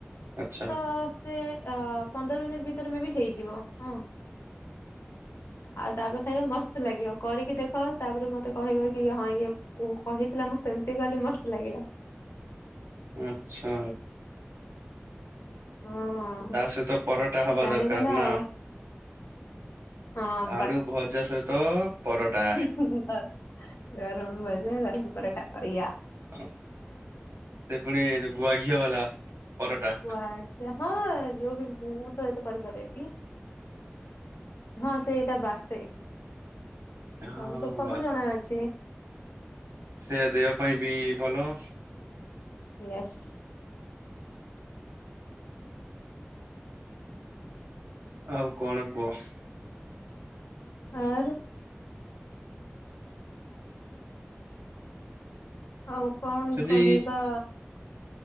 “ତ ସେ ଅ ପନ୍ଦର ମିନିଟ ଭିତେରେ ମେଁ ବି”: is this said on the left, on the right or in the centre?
Left